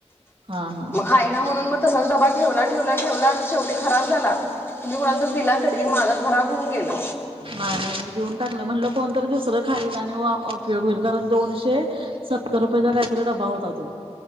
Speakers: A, on the right; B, on the left.
A: हा हा
B: मग
A: हा
B: खाय ना म्हणून म तसा बा ठेवला ठेवला ठेवला आणि शेवी खराब झाला तुम्हीणाला ज दिला तरी मा खराब होऊन गेला
A: माझा मी देऊन टाकलं म्हणलं कोणत दुसरं खालील आणि उपयोग होईल कारण दोनशे सत्तर रुपयाेचा काहीतरी डबा होता तो